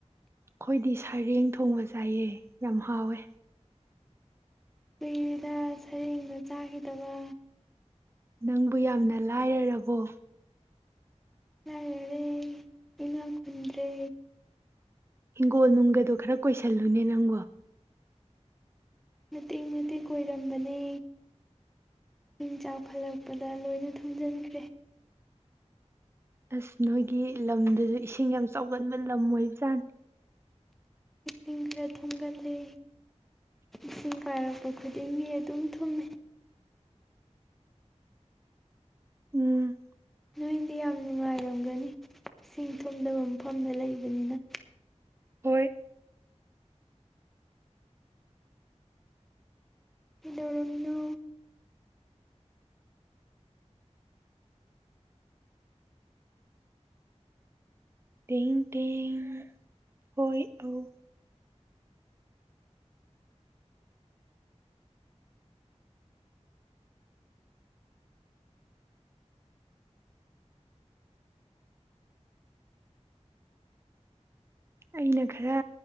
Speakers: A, on the right; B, in the centre.
A: ꯈꯣꯏꯗꯤ ꯁꯔꯦꯡ ꯊꯣꯡꯕ ꯆꯥꯏꯌꯦ ꯌꯥꯝ ꯍꯥꯎꯋꯦ
B: ꯀꯨꯏꯔꯦꯗ ꯁꯔꯦꯡꯗ ꯆꯥꯈꯤꯗꯕ
A: ꯅꯪꯕꯨ ꯌꯥꯝꯅ ꯂꯥꯏꯔ ꯔꯕꯣ
B: ꯂꯥꯏꯔꯔꯦ ꯏꯅꯥꯛ ꯈꯨꯨꯟꯗ꯭ꯔꯦ
A: ꯍꯤꯡꯒꯣꯜ ꯅꯨꯡꯒꯗꯣ ꯈꯔ ꯀꯣꯏꯁꯜ ꯂꯨꯅꯦ ꯅꯪꯕꯣ
B: ꯃꯇꯦꯛ ꯃꯇꯦꯛ ꯀꯣꯏꯔꯝꯕꯅꯦ ꯏꯁꯤꯡ ꯆꯥꯎꯈꯠ ꯂꯛꯄꯗ ꯂꯣꯏꯅ ꯊꯨꯝꯖꯤꯟꯈ꯭ꯔꯦ
A: ꯑꯁ ꯅꯣꯏꯒꯤ ꯂꯝꯗꯨꯁꯨ ꯏꯁꯤꯡ ꯌꯥꯝ ꯆꯥꯎꯃꯟꯕ ꯂꯝ ꯑꯣꯏꯕꯖꯥꯠꯅꯤ
B: ꯏꯁꯤꯡ ꯈꯔ ꯊꯨꯝꯒꯜꯂꯦ ꯏꯁꯤꯡ ꯀꯥꯏꯔꯛꯄ ꯈꯨꯗꯤꯡꯒꯤ ꯑꯗꯨꯝ ꯊꯨꯝꯃꯦ
A: ꯎꯝ
B: ꯅꯣꯏꯗꯤ ꯌꯥꯝ ꯅꯨꯡꯉꯥꯏꯔꯝꯒꯅꯤ ꯏꯁꯤꯡ ꯊꯨꯝꯗꯕ ꯃꯐꯝꯗ ꯂꯩꯕ ꯅꯤꯅ
A: ꯍꯣꯏ
B: ꯀꯩꯗꯧ ꯔꯝꯃꯤꯅꯣ
A: ꯇꯦꯡ ꯇꯦꯡ ꯍꯣꯏ ꯑꯧ ꯑꯩꯅ ꯈꯔ